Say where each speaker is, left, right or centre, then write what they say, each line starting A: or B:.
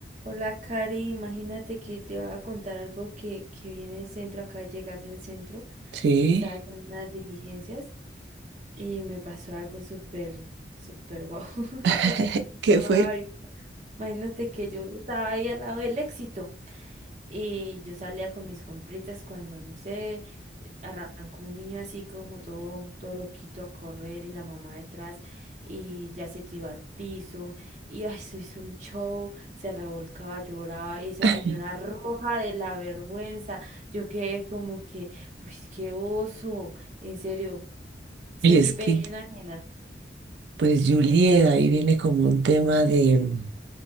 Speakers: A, on the right (about 40°); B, on the right (about 70°).
A: Hola, Cari, imagínate que te voy a contar algo que, que viene del centro, acaba de llegar del centro,
B: Sí.
A: estaba haciendo unas diligencias y me pasó algo súper, súper guau, <laughs>
B: <laughs>
A: pues
B: ¿Qué
A: no,
B: fue?
A: ay, imagínate que yo estaba ahí al lado del éxito y yo salía con mis compritas cuando, no sé, arrancó un niño así como todo, todo loquito a correr y la mamá detrás y ya se tiró al piso y ay, se hizo un show, se revolcaba, lloraba y esa
B: <laughs>
A: señora roja de la vergüenza, yo quedé como que, uy, qué oso, en serio, sentí
B: Y es
A: pena
B: que,
A: ajena.
B: pues, Juliet, ahí viene como un tema de,